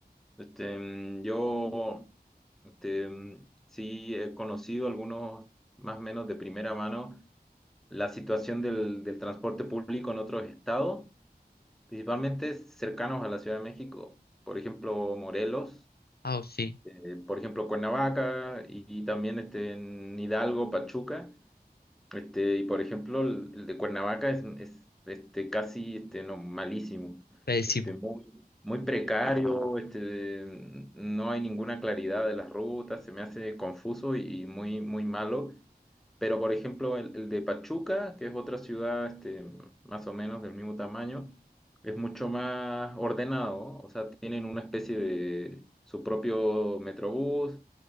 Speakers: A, in the centre; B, on the left.
A: Este, mm, yo este, mm, sí he conocido algunos, más o menos de primera mano, la situación del, del transporte público en otros estados, principalmente cercanos a la Ciudad de México, por ejemplo, Morelos,
B: Ah, sí,
A: eh, por ejemplo, Cuernavaca y, y también este, en Hidalgo, Pachuca. Este, y por ejemplo, el, el de Cuernavaca es, es, este, casi este, no, malísimo,
B: pésimo.
A: este, muy, muy precario, este, no hay ninguna claridad de las rutas, se me hace confuso y, y muy, muy malo. Pero por ejemplo, el, el de Pachuca, que es otra ciudad este, más o menos del mismo tamaño, es mucho más ordenado, o sea, tienen una especie de su propio metrobús